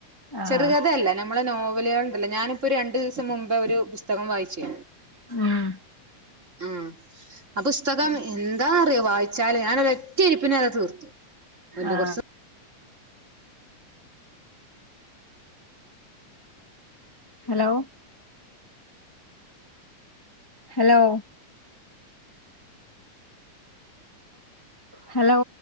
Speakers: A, on the left; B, on the right.
A: ആഹ്
B: ചെറുകഥയല്ല നമ്മള നോ വലുകളുണ്ടല്ലോ ഞാനിപ്പോ രണ്ട് ദിസം മുമ്പ് ഒരു പുസ് പുസ്തകം വായിച്ചേ
A: ഉം
B: ഉം ആഹ് പുസ്തകം എന്താ അറിയോ വായിച്ചാല് ഞാൻ ഒരൊറ്റ ഇരി പിന്നെ അത് തീർത്തു വലിയ
A: ആഹ്
B: കുറച്ച്
A: ഹലോ ഹലോ ഹലോ